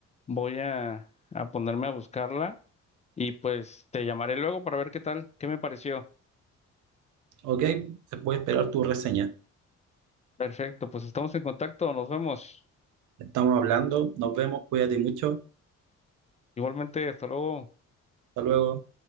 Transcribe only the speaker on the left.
Voy a, a ponerme a buscarla y pues te llamaré luego para ver qué tal, qué me pareció.
Perfecto, pues estamos en contacto, nos vemos.
Igualmente, hasta luego.